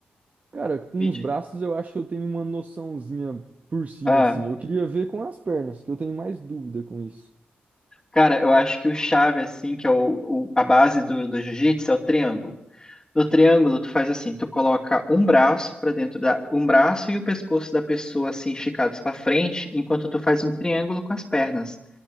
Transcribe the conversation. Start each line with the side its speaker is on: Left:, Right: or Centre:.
Right: Cara, com
Left: Vídeo
Right: os braços
Left: aí.
Right: eu acho que eu tenho uma noçãozinha por cima,
Left: Ah,
Right: assim. Eu queria ver com as pernas, que eu tenho mais dúvida com isso.
Left: Cara, eu acho que o chave, assim, que é o, o- a base do, do jiu-jitsu é o triângulo. No triângulo, tu faz assim, tu coloca um braço para dentro da, um braço e o pescoço da pessoa assim esticados para frente, enquanto tu faz um triângulo com as pernas,